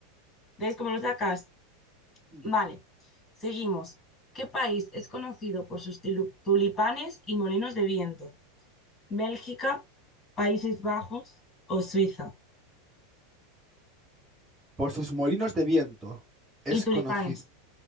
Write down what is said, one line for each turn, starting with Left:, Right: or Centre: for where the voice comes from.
Left: ¿Ves cómo lo sacas?
Right: Mm.
Left: Vale. Seguimos. ¿Qué país es conocido por sus tilu- tulipanes y molinos de viento? ¿Bélgica, Países Bajos o Suiza?
Right: Por sus molinos de viento es
Left: ¿Y tulipanes?
Right: conocido.